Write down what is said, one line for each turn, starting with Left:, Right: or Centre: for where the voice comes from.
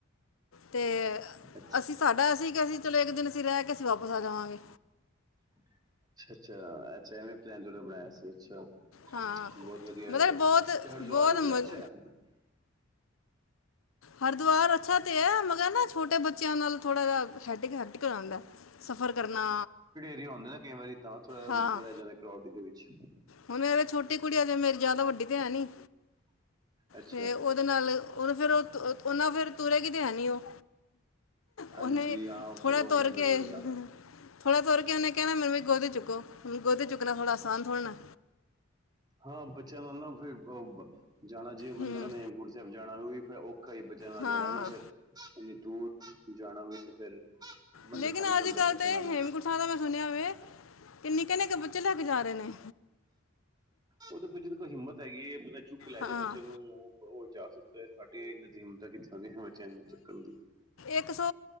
Left: ਤੇ
Right: ਅੱਛਾ
Left: ਅਸੀਂ ਸਾਡਾ ਅਸੀਂ, ਕਿ ਅਸੀਂ ਚਲੋ ਇੱਕ ਦਿਨ ਅਸੀਂ ਰਹਿ ਕੇ ਅਸੀਂ ਵਾਪਸ ਆ ਜਾਵਾਂਗੇ
Right: ਅੱਛਾ -ਅੱਛਾ -ਅੱਛਾ, ਐਵੇਂ ਪਲੈਨੋਂ ਬਣਾਇਆ ਸੀ ਅੱਛਾ। ਬਹੁਤ
Left: ਹਾਂ
Right: ਵਧੀਆ, ਰਿਆ
Left: ਮਤਲਬ
Right: ਫਿਰ
Left: ਬਹੁਤ
Right: ਤੇ, ਹਰਿਦੁਵਰ
Left: ਬਹੁਤ
Right: ਵੀ ਬੜਾ
Left: ਮ-
Right: ਅੱਛਾ ਹੈ?
Left: ਹਰਿੁਦੁਆਰ ਅੱਛਾ ਤੇ ਹੈ, ਮਗਰ ਨਾ ਛੋਟੇ ਬੱਚਿਆਂ ਨਾਲ ਥੋੜਾ ਜਹਾ, ਹੈਟ ਹੈਟ ਮੁਸ਼ਕਿਲ ਆਉਂਦਾ, ਸਫ਼ਰ ਕਰਨਾ
Right: ਏ ਹੁੰਦਾ ਨਾ ਕਈ ਵਾਰੀ ਤਾਂ ਡਾਂਸ
Left: ਹਾਂ
Right: ਰਹਿ ਜਾਂਏ ਕਰੋਡ ਦੇ ਵਿੱਚ
Left: ਹੁਣ ਮੇਰੀ ਛੋਟੀ ਕੁੜੀ, ਤ ਅਜੇ ਮੇਰੀ ਜ਼ਿਆਦਾ ਵੱਡੀ ਤੇ, ਹੈ ਨਈ
Right: ਅੱਛਾ
Left: ਤੇ ਉਹਦੇ ਨਾਲ, ਹੁਣ ਫੇਰ ਉ ਤੁਰੇ ਗੀ, ਤੇ ਹੈ ਨਈ ਉਹ
Right: ਹਾਂਜੀ
Left: ਉਹਨੇ,
Right: ਹਾਂ
Left: ਥੋੜ੍ਹਾ
Right: ਫਿਰ ਹੋ ਜਾਂਦਾ
Left: ਤੁਰ ਕੇ
Right: ਥੋੜਾ ਜਿਹਾ
Left: ਥੋੜਾ ਤੁਰ ਕੇ, ਉਹਨੇ ਕਹਿਣਾ, ਮੈਨੂੰ ਵੀ ਗੋੱਦੀ ਚੁਕੋ, ਹੁਣ ਗੋਦੀ ਚੁੱਕਣਾ ਆਸਾਨ, ਥੋੜਾ ਨ
Right: ਹਾਂ, ਬੱਚਿਆਂ ਨਾਲ ਨਾ ਫਿਰ ਜਾਣਾ, ਜਿਵੇ ਬੰਦੇ
Left: ਹੂੰ
Right: ਦਾ ਨੇਮ ਜਾਣਾ ਵੀ ਫਿਰ ਔਖਾ ਹੀ ਬਚਿਆ ਨਾਲ
Left: ਹਾਂ
Right: ਜਾਣਾ ਨਾ, ਫੇਿਰ ਇਨੀ ਦੂਰ ਜਾਣਾ, ਵੀ ਏ ਤੇ ਫੇਿਰ ਬੰਦਾ
Left: ਲੇਕਿਨ
Right: ਥੱਕ ਜਾਂਦਾ,
Left: ਅੱਜ ਕੱਲ
Right: ਬੱਚਿਆ
Left: ਤੇ
Right: ਨਾਲ
Left: ਹੇਮਕੁਟਾਂ ਮੈਂ ਸੁਣਿਆ ਵੇ ਕਿ ਨਿੱਕੇ -ਨਿੱਕੇ ਬੱਚੇ, ਲੈ ਕੇ ਜਾ ਰਹੇ ਨੇ
Right: ਉਹਦੇ ਤੇ ਜਿਦੇ ਚ ਹਿੰਮਤ ਹੈਗੀ ਏ, ਬੰਦਾ ਝੁੱਕ ਲੈ,
Left: ਹਾਂ
Right: ਜੇ ਪਿੱਛੇ ਨੂੰ ਉਹ ਜਾ ਸਕਦਾ ਹੈ, ਸਾਡੀਆਂ ਇੰਮਤਾਂ ਕਿੱਥੇ, ਬੱਚਿਆਂ ਨੂੰ ਚੱਕਣ ਦੀ
Left: ਇੱਕ, ਸੌ